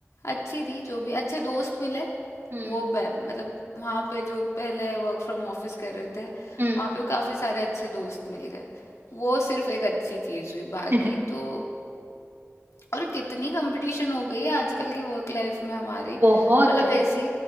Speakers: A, on the left (about 80°); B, on the right (about 50°).
A: अच्छी थी जो भी अच्छे दोस्त मिले
B: हम्म
A: वो बे- मतलब वहाँ पे जो पहले वर्क फ्रॉम ऑफिस कर रहे थे
B: हम्म
A: वहाँ पे काफ़ी सारे अच्छे दोस्त मिल गए वो सिर्फ एक अच्छी चीज़ हुई बाकी
B: <laughs>
A: तो और कितनी कंपटीशन हो गई है आजकल के वर्क लाइफ में हमारी
B: बहुत
A: मतलब ऐसी